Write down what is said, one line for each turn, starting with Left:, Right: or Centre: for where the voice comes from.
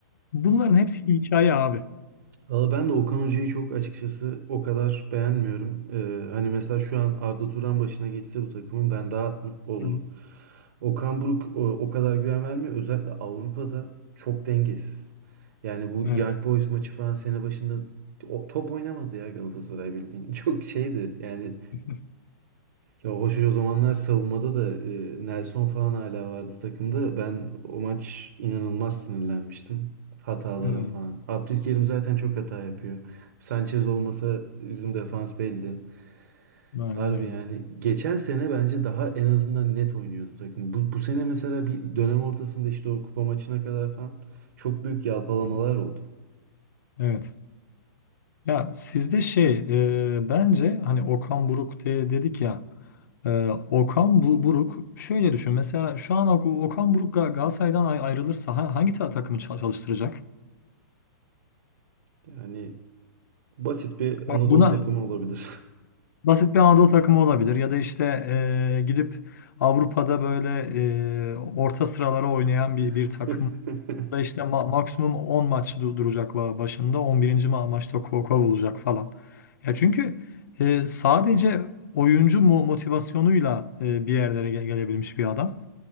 Left: Bunların hepsi hikaye abi.
Right: Valla ben de Okan Hoca'yı çok açıkçası o kadar beğenmiyorum. Ee, hani mesela şu an Arda Turan başına geçse bu takımın ben daha mutlu olurum.
Left: Hı hı.
Right: Okan Buruk o, o kadar güven vermiyor. Özellikle Avrupa'da çok dengesiz. Yani bu
Left: Evet.
Right: Young Boys maçı falan sene başında o- top oynamadı ya Galatasaray bildiğin. <laughs> Çok şeydi yani
Left: <laughs>
Right: ya hoş o zamanlar savunmada da e, Nelson falan hala vardı takımda. Ben o maç inanılmaz sinirlenmiştim. Hatalara
Left: Hı.
Right: falan. Abdülkerim zaten çok hata yapıyor. Sanchez olmasa bizim defans belli.
Left: Aynen
Right: Harbi
Left: öyle.
Right: yani geçen sene bence daha en azından net oynuyordu takım. Bu, bu sene mesela bir dönem ortasında işte o kupa maçına kadar falan çok büyük yalpalamalar
Left: Hı hı.
Right: oldu.
Left: Evet. Ya sizde şey e, bence hani Okan Buruk de, dedik ya e, Okan Bu- Buruk şöyle düşün mesela şu an Ok- Okan Buruk Ga- Galatasaray'dan ay- ayrılırsa ha- hangi ta- takımı çal- çalıştıracak?
Right: Yani basit bir
Left: Bak
Right: Anadolu
Left: buna
Right: takımı olabilir.
Left: Basit bir Anadolu takımı olabilir ya da işte e, gidip Avrupa'da böyle e, orta sıralara oynayan bir
Right: <laughs>
Left: bir takım da işte ma- maksimum 10 maç du- duracak ba- başında 11. ma maçta ko- kovulacak falan. Ya çünkü e, sadece oyuncu mu motivasyonuyla e, bir yerlere ge- gelebilmiş bir adam.